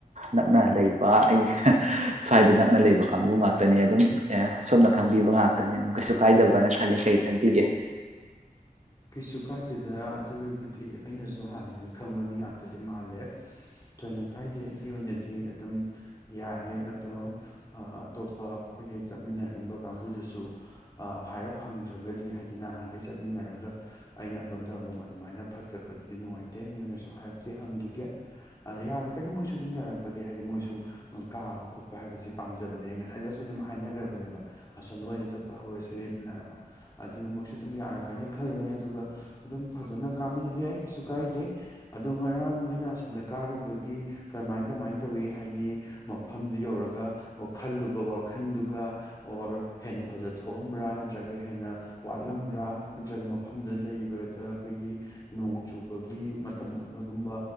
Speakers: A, on the right; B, on the left.
A: ꯅꯛꯅ ꯂꯩꯕ ꯑꯩꯒꯤ ꯁ꯭ꯋꯥꯏꯗ ꯅꯛꯅ ꯂꯩꯕ ꯀꯥꯡꯕꯨ ꯉꯥꯛ ꯇꯅꯦ ꯑꯗꯨꯝ ꯁꯣꯝꯅ ꯈꯪꯕꯤꯕ ꯉꯥꯛꯇꯅꯦ ꯀꯩꯁꯨ ꯀꯥꯏꯗꯕ꯭ꯔꯅ ꯈꯜꯂꯦ ꯀꯩ ꯈꯟꯕꯤꯒꯦ
B: ꯀꯩꯁꯨ ꯀꯥꯏꯗꯦꯗ ꯑꯗꯨꯕꯨꯗꯤ ꯑꯩꯅꯁꯨ ꯍꯥꯟꯅꯗꯤ ꯈꯪꯕ ꯃꯤ ꯉꯥꯛꯇꯗꯤ ꯃꯥꯜꯂꯦ ꯊꯣꯏꯅ ꯀꯥꯏꯗꯦ ꯑꯩꯒꯤ ꯑꯣꯏꯅꯗꯤ ꯑꯗꯨꯝ ꯌꯥꯏꯌꯦ ꯑꯗꯣ ꯑꯇꯣꯞꯄ ꯑꯩꯈꯣꯏꯒꯤ ꯆꯠꯃꯤꯟꯅꯔꯝꯕ ꯀꯥꯡꯕꯨꯗꯨꯁꯨ ꯍꯥꯏꯔꯞ ꯐꯪꯗ꯭ꯔꯒꯗꯤ ꯍꯥꯏꯗꯤ ꯅꯍꯥꯟꯈꯩ ꯆꯠꯃꯤꯟꯅꯔꯒ ꯑꯩꯅ ꯑꯗꯣꯝꯗ ꯑꯃꯨꯛ ꯑꯗꯨꯃꯥꯏꯅ ꯐꯠ ꯆꯠꯄꯗꯨꯗꯤ ꯅꯨꯡꯉꯥꯏꯇꯦ ꯃꯣꯏꯗꯁꯨ ꯍꯥꯏꯔꯞꯇꯤ ꯍꯪꯈꯤꯒꯦ ꯑꯗ ꯌꯥꯔꯛꯀꯅꯤ ꯃꯣꯏꯁꯨ ꯑꯗꯨꯝ ꯌꯥꯔꯛꯄꯗꯤ ꯍꯥꯏꯗꯤ ꯃꯣꯏꯁꯨ ꯀꯥꯕ ꯈꯣꯠꯄ ꯍꯥꯏꯕꯁꯤ ꯄꯥꯝꯖꯕꯅꯦ ꯉꯁꯥꯏꯗꯁꯨ ꯑꯗꯨꯝ ꯍꯥꯏꯅꯈ꯭ꯔꯕꯅꯦꯕ ꯑꯁꯣꯝꯗ ꯑꯣꯏꯅ ꯆꯠꯄ ꯍꯧꯔꯁꯦꯅ ꯑꯗꯨꯅ ꯃꯣꯏꯁꯨ ꯑꯗꯨꯝ ꯌꯥꯔꯛꯀꯅꯤ ꯈꯜꯂꯦ ꯑꯗꯨꯒ ꯑꯗꯨꯝ ꯐꯖꯅ ꯀꯥꯃꯤꯟꯅꯕ ꯌꯥꯏ ꯀꯩꯁꯨ ꯀꯥꯏꯗꯦ ꯑꯗꯣ ꯉꯔꯥꯡ ꯅꯣꯏꯅ ꯑꯁꯣꯝꯗ ꯀꯥꯔꯨꯕꯒꯤ ꯀꯔꯝꯃꯥꯏ ꯀꯃꯥꯏꯅ ꯇꯧꯋꯤ ꯍꯥꯏꯗꯤ ꯃꯐꯝꯗꯨ ꯌꯧꯔꯒ ꯋꯥ ꯈꯜꯂꯨꯕ ꯋꯥꯈꯜꯗꯨꯒ ꯑꯣꯔ ꯍꯦꯟꯅ ꯐꯖꯅ ꯊꯣꯛꯑꯝꯕ꯭ꯔꯥ ꯅꯠ ꯇꯒ ꯍꯦꯟꯅ ꯋꯥꯠꯂꯝꯕ꯭ꯔꯥ ꯅꯠꯇ꯭ꯔꯒ ꯃꯐꯝꯗꯨꯗ ꯂꯩꯕꯗ ꯑꯩꯈꯣꯏꯒꯤ ꯅꯣꯡ ꯆꯨꯕꯒꯤ ꯃꯇꯝ ꯑꯣꯏꯕꯒꯨꯝꯕ